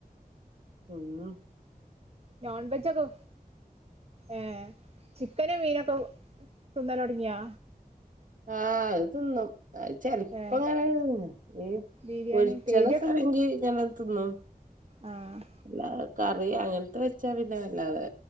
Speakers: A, on the right (about 55°); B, on the right (about 40°).
A: ആഹ്
B: നോൺവെജൊക്കെ ഏഹ് ചിക്കനും മീനൊക്കെ തിന്നൽ തുടങ്ങിയോ
A: ആഹ് അത് തിന്നും അത് ചെിലപ്പം
B: ഏ
A: ങ്ങനെ തിന്നും
B: ബിരിയാണി
A: പൊരിച്ചതൊക്കണെങ്കി
B: പേരൊക്കെ
A: നമ്മളെ തിന്നും
B: ആഹ്
A: എല്ലാ കറി അങ്ങനത്തെ വെച്ചാ പിന്നെ വല്ലാതെ